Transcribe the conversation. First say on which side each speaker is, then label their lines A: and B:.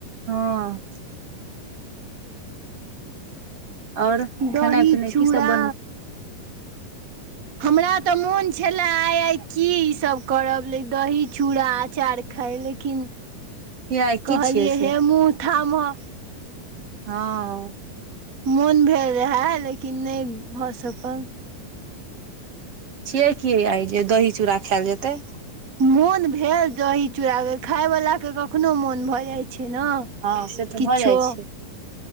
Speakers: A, on the right (about 45°); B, on the right (about 80°).
A: हँ और
B: दही
A: खेनाइ पिनाइ
B: चूड़ा
A: की सब बनै छै
B: हमरा तऽ मोन छलए आइ आइ की ईसभ करब लै दही चूड़ा अंचार खाय लेकिन
A: किया आइ की
B: कहलियै
A: छियै से
B: हे मुँह थामह
A: हँ
B: मोन भेल रहै लेकिन नहि भऽ सकल
A: छियै की आइ जे दही चूड़ा खैल जेतै
B: मोन भेल दही चूड़ाके खाय वला के कखनो मोन भऽ जाइ छै न
A: हँ से तऽ
B: किछो
A: भऽ जाइ छै